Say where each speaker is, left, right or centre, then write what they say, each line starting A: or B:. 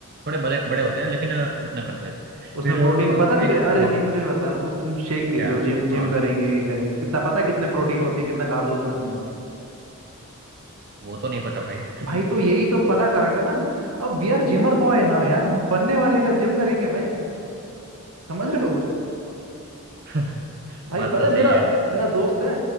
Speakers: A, on the right (about 45°); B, on the right (about 80°).
A: थोड़े बड़े बड़े होते हैं लेकिन अ, उतना करते रहते हैं।
B: उसमें
A: फिर
B: प्रोटीन
A: अ,
B: पता है तुझे
A: एक
B: अरे
A: म-
B: नहीं मुझे बता तू शेक पीते
A: क्या
B: हो जिम जिम
A: हाँ
B: करेंगे ये करेंगे इतना पता है कितने प्रोटीन होती है कितना कार्ब्स होते हैं उसमें
A: वो तो नहीं पता भाई
B: भाई तो यही तो पता करा कर ना अब we are gymmer boy now यार हम बनने वाले हैं, कल जिम करेंगे भाई समझ रहे हो
A: <laughs>
B: भाई
A: बात
B: पता
A: तो
B: है
A: सही
B: मेरा
A: है
B: मेरा दोस्त है